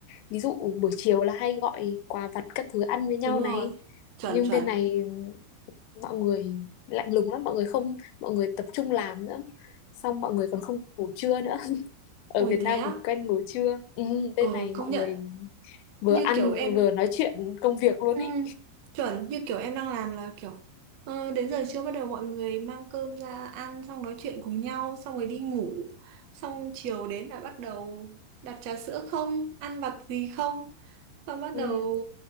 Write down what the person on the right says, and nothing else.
đúng rồi.
Chuẩn
chuẩn.
Ôi
thế
á?
Ừ,
công nhận.
Như
kiểu em
Ừ,
chuẩn như kiểu em đang làm là kiểu ờ, đến giờ trưa bắt đầu mọi người mang cơm ra ăn xong nói chuyện cùng nhau xong rồi đi ngủ xong chiều đến là bắt đầu đặt trà sữa không ăn vặt gì không xong bắt
đầu